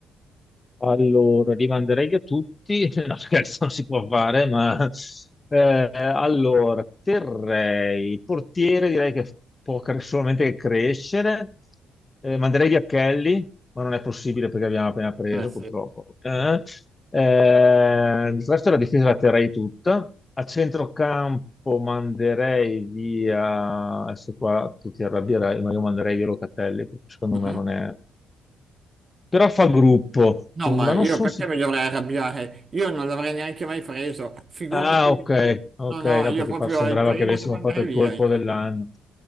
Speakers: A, on the left; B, on the right.
A: Allora, li manderei a tutti, <laughs> no scherzo, non si può fare, ma eh, allora, terrei, portiere direi che può cre- solamente crescere, Eh, manderei via Kelly, ma non è possibile perché abbiamo appena preso,
B: Eh sì.
A: purtroppo. Eh, eh, il resto della difesa la terrei tutta. A centrocampo manderei via, adesso qua tu ti arrabbierai, ma io manderei via Locatelli, perché secondo
B: Mhm.
A: me non è... Però fa gruppo,
B: No,
A: quindi,
B: ma
A: ma
B: io
A: non sono
B: perché
A: sicuro.
B: mi dovrei arrabbiare? Io non l'avrei neanche mai preso, figurati.
A: Ah, ok, ok,
B: No, no,
A: no,
B: io
A: perché
B: proprio
A: pa- sembrava
B: è il primo
A: che avessimo
B: che manderei
A: fatto il
B: via
A: colpo
B: io.
A: dell'anno.